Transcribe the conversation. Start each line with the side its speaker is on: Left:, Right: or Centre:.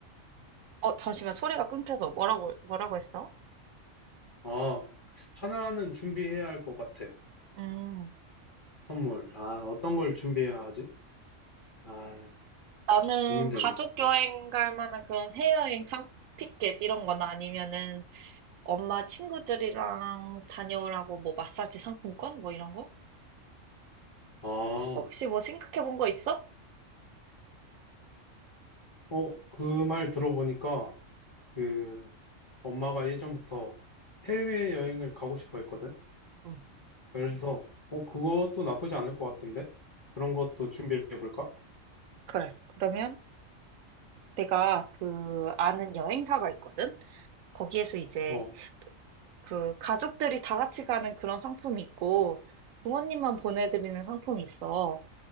Right: 어, 잠시만, 소리가 끊겨서 뭐라고, 뭐라고 했어?
Left: 아, 하나는 준비해야 할 것 같아.
Right: 음,
Left: 선물. 아, 어떤 걸 준비해야 하지? 아,
Right: 나는
Left: 고민되네.
Right: 가족 여행 갈 만한 그런 해외여행 상 티켓 이런 거나 아니면은 엄마 친구들이랑 다녀오라고 뭐 마사지 상품권 뭐 이런 거?
Left: 아, 어,
Right: 혹시 뭐 생각해 본 거 있어?
Left: 어, 그 말 들어보니까 그 엄마가 예전부터 해외여행을 가고 싶어 했거든.
Right: 응,
Left: 그래서 어 그것도 나쁘지 않을 것 같은데 그런 것도 준비해 볼까?
Right: 그래. 그러면 내가 그 아는 여행사가 있거든? 거기에서 이제
Left: 어,
Right: 그 가족들이 다 같이 가는 그런 상품이 있고 부모님만 보내드리는 상품이 있어.